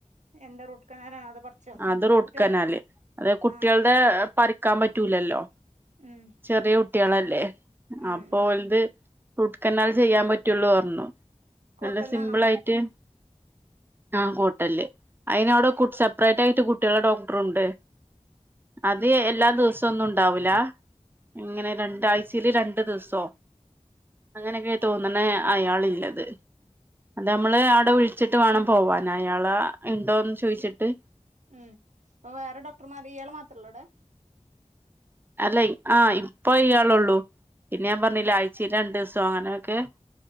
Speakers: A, on the right; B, on the right.
A: എന്താ റൂട്ട് കനാലാ അത് പറിച്ചോ
B: അത് റൂട്ട്ക്കനാല്
A: കുട്ടികൾത്
B: അത് കുട്ടികളുടെ
A: ആഹ്
B: പറിക്കാൻ പറ്റൂലല്ലോ
A: ഉം
B: ചെറിയ കു കുട്ട്യാളല്ലേ
A: ഉം
B: അപ്പൊ
A: ഉം
B: ഓല്ത് റൂട്ട് കനാൽ ചെയ്യാൻ പറ്റുള്ളു പറഞ്ഞു.
A: കോട്ടല്ലാണോ
B: നല്ല സിമ്പിൾ ആയിട്ട് ആഹ് കോട്ടലില് അയിന് അവിടെ സെപ്പറേറ്റ് ആയിട്ട് കുട്ട്യാളെ ഡോക്ടറുണ്ട് അത്
A: ആഹ്
B: എല്ലാ ദിവസം ഒന്നു ണ്ടാവുല ഇങ്ങനെ രണ്ടാഴ്ച ക്ക് രണ്ട് ദിവസോ അങ്ങനെയൊക്കെ തോന്നണ അയാളില്ലത് ത്. അത് നമ്മള് അവിടെ വിളി ളിച്ചിട്ട് വേണം പോവാൻ അയാള ഉണ്ടോന്ന് ചോയിച്ചിട്ട്.
A: മ്മ് അപ്പൊ വേറെ ഡോക്ടർമാർ ഇയാള് മാത്ര ത്രേ ഉള്ളടെ?
B: അല്ലെ ആഹ് ഇപ്പൊ ഇയാളെ ഉള്ളൂ. പിന്നെ ഞാൻ പറഞ്ഞില്ലേ
A: ഉം
B: ആഴ്ചയില് രണ്ട് ദിവസെ സോ അങ്ങനൊക്കെ